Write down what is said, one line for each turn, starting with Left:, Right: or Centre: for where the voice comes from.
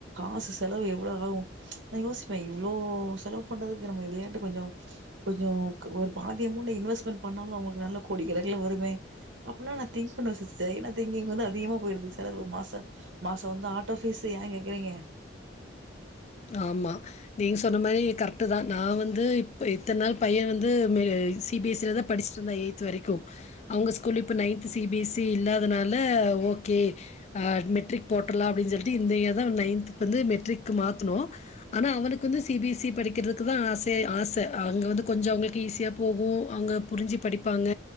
Right: மாச செலவு எவ்ளோ ஆகும் யோசிப்ப இவ்ளோ செலவு பன்றடது <unintelligible> பண்றதுஞ்சம் கொஞ்சம் ஒரு பாதி அமௌண்ட் இன்வஸ்மெண்ட் பண்ணாலும் அவங்களுக்கு நல்ல கொடி கிடக்குல வருமே அப்பல்லாம் நான் திங்க் பண்ணவ சிஸ்டர் ஏன்னா திங்கிங் வந்து அதிகமா போயிருது சில மாச மாசம் வந்து ஆட்டோ பீஸ் ஏங் கேக்குறீங்க
Left: ஆமா நீங்க சொங்ன மாதிரி கரெக்ட் தான் நான் வந்து இப்ப இத்தன நாள் பையன் வந்து சிபி எஸ் சி ல தான் படிச்சட்டு இருந்தான் எயி்த் வரைக்கும் அவங்க ஸ்கூல இப்போ நைன்த் சிபி எஸ் சி இல்லாதனால ஓகே அ மெட்ரிக் போட்டறலா அப்படின்னு சொல்லிட்டு இந்த இயர் தான் நைன்த்துக்கு வந்து மெட்ரிக்கு மாத் ஹலோ ஆனா அவனக்கு வந்து சிபி எஸ் சி படிக்கிறதுக்குத ஆசயேஆச அங்க வந்து கொஞ்ச அவ்ங்கலுகு ஈிசிய போகும் அங்க புரிஞ்சு படிப்பாங்க